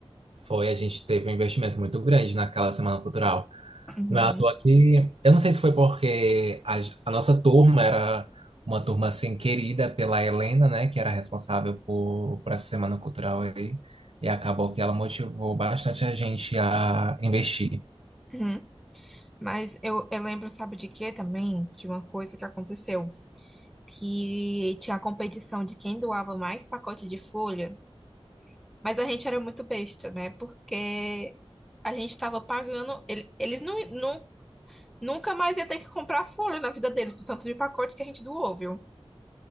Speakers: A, on the right; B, in the centre.
A: Foi, a gente teve um investimento muito grande naquela semana cultural.
B: Uhum.
A: Ah, tô aqui. Eu não sei se foi porque a, a nossa turma era uma turma assim querida pela Helena, né, que era responsável por, por essa semana cultural aí, e acabou que ela motivou bastante a gente a investir.
B: Uhum. Mas eu, eu lembro, sabe de quê também? De uma coisa que aconteceu, que tinha a competição de quem doava mais pacote de folha, mas a gente era muito besta, né? Porque a gente estava pagando, ele- eles não, não Nunca mais ia ter que comprar folha na vida deles, do tanto de pacote que a gente doou, viu?